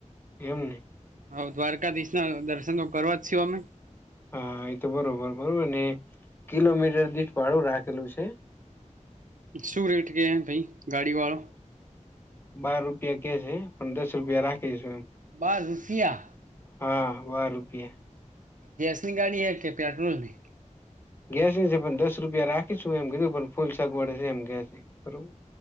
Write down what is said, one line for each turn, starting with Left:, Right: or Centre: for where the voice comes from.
Left: એમ નહી
Right: હ દ્વારકાધીશ ના દર્શન તો કરવા જ છીું અમે
Left: હા એ તો બરોબર બરોબર ને કિલોમીટર દી ભાડું રાખેલું છે
Right: શું રેટ કે ભાઈ ગાડી વાળો
Left: બાર રૂપિયા કે છે પણ દસ રૂપિયા રાખે કીશું એ
Right: બાર રૂપિયા
Left: હા બાર રૂપિયા
Right: ગેસ ની ગાડી હે કે પેટ્રોલ ની
Left: ગેસની છે પણ દસ રૂપિયા રાખીશું એમ કીધું પણ ફૂલ સગવડ છે એમ ગેસ બરોબર